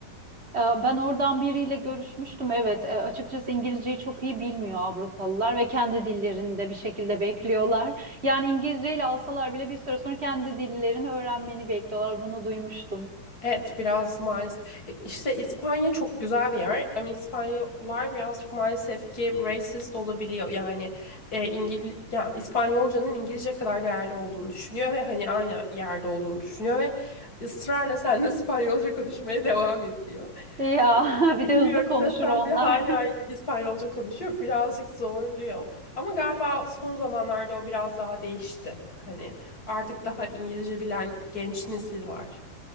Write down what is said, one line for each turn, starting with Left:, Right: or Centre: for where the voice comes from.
Right: Ee, Ben oradan biriyle görüşmüştüm. Evet, e, açıkçası İngilizceyi çok iyi bilmiyor Avrupalılar ve kendi dillerinde bir şekilde bekliyorlar. Yani İngilizceyle alsalar bile bir süre sonra kendi dillerini öğrenmeni bekliyorlar. Bunu duymuştum.
Left: Evet biraz maalesef. E, İşte İspanya çok güzel bir yer ama İspanyollar birazcık maalesef ki racist olabiliyor. Yani e, İngil ya İspanyolcanın İngilizce kadar değerli olduğunu düşünüyor ve hani aynı yerde olduğunu düşünüyor ve ısrarla seninle <laughs> İspanyolca konuşmaya devam ediyor.
Right: Ya <laughs> bir
Left: Bilmiyorum
Right: de hızlı konuşur
Left: da sen
Right: onlar.
Left: bir hala
Right: <laughs>
Left: İspanyolca konuşuyor. Birazcık zorluyor. Ama galiba son zamanlarda o biraz daha değişti. Hani artık daha İngilizce bilen genç nesil var.